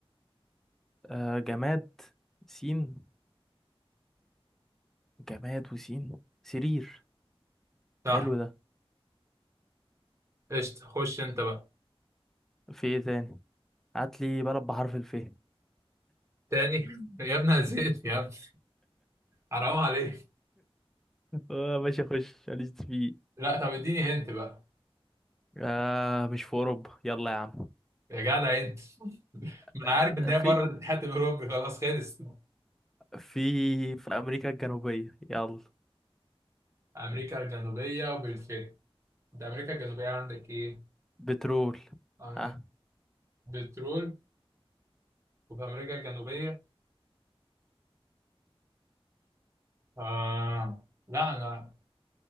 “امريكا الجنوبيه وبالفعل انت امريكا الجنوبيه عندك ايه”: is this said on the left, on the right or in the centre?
Right